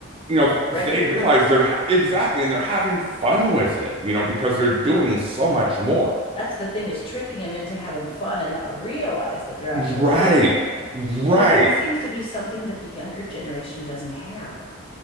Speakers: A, on the right; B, on the left.
A: you know,
B: they're ready
A: they
B: for
A: realize
B: it.
A: they're ha- exactly, and they're having fun with it, you know, because they're doing so much more.
B: That's the thing is tricking them into having fun and not realize that they're actually
A: Right.
B: learning something.
A: Right.
B: And- But that seems to be something that the younger generation doesn't have.